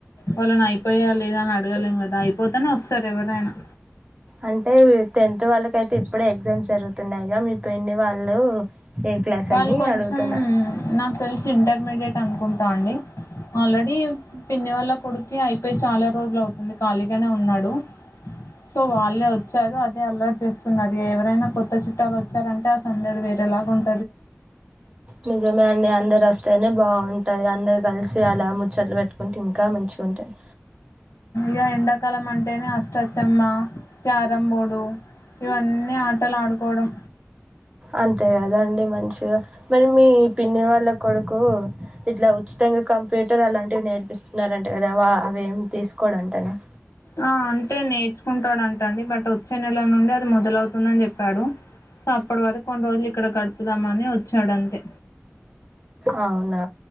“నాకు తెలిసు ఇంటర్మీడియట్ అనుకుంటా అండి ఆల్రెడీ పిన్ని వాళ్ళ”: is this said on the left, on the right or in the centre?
Left